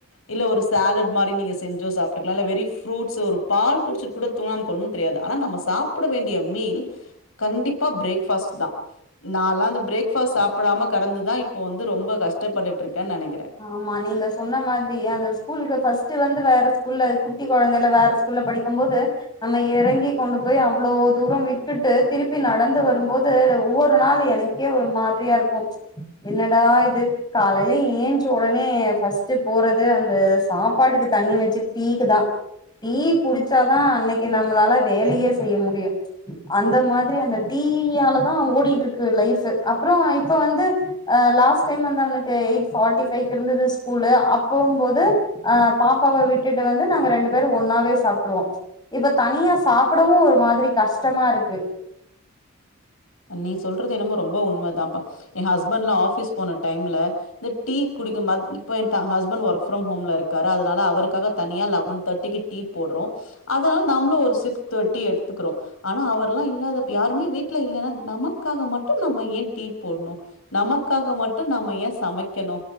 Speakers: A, on the left; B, on the left.
A: இல்ல ஒரு சாலட் மாரி நீங்க செஞ்சோ சாப்ட்டுக்லா இல்ல வெரி ஃப்ரூட்ஸ் ஒரு பால் குடிச்சு கூட தூங்குனா நமக்கு ஒன்னு தெரியாது ஆனா நம்ம சாப்பிட வேண்டிய மீல் கண்டிப்பா பிரேக் ஃபாஸ்ட் தா நான்லா அந்த பிரேக்ஃபாஸ்ட் சாப்பிடாம கெடந்துதா இப்ப வந்து ரொம்ப கஷ்டபட்டுட்டு இருக்கே நெனைக்கிறே
B: ஆமா நீங்க சொன்ன மாதிரி அந்த ஸ்கூலுக்கு ஃபஸ்ட் வந்து வேற ஸ்கூல்ல குட்டி கொழந்தைல வேற ஸ்கூல்ல படிக்கும்போது நம்ம எறங்கி கொண்டு போய் அவ்ளோ தூர விட்டுட்டு திருப்பி நடந்து வரும்போது ஒவ்வொரு நாளு எனக் க்கே ஒரு மாதிரியா இருக்கு என்னடா இது காலையில ஏந்ச் ஒடனே ஃபஸ்ட்டு போறது அந்த சாப்பாடுக்கு தண்ணி வச்சு டீக்குதா டீ குடிச்சாதா அன்னைக்கு நம்மளால வேலையே செய்ய முடியு அந்த மாதிரி அந்த டீயாலதா ஓடிட்டு இருக்கு லைஃப்பு அப்பறோ இப்ப வந்து அ லாஸ்ட் டைம் வந்து அவனுக்கு எயிட் ஃபார்ட்டி ஃபைக்கு இருந்தது ஸ்கூலு அப்போம்போது அ பாப்பாவ விட்டுட்டு வந்து நாங்க ரெண்டு பேரு ஒன்னாவே சாப்ட்ருவோ இப்ப தனியா சாப்டவு ஒரு மாதிரி கஷ்டமா இருக்கு
A: நீ சொல்றது என்னமோ ரொம்ப உண்மதாப்பா எ ஹஸ்பண்ட்லா ஆஃபீஸ் போன டைம்ல இந்த டீ குடிக்கமா இப்ப எ த ஹஸ்பண்ட் ஒர்க் ஃப்ரம் ஹோம்ல இருக்காரா அதனால அவருக்காக தனியா லெவன் தேட்டிக்கி டீ போட்றோ அதனால நாம்பளு ஒரு சிப் த டீ எடுத்துக்குறோ ஆனா அவர்ல்லா இல்லாதப்ப யாருமே வீட்ல இல்லன்னா நமக்காக மட்டு நம்ம ஏ டீ போட்னு நமக்காக மட்டு நம்ம ஏ சமைக்கனு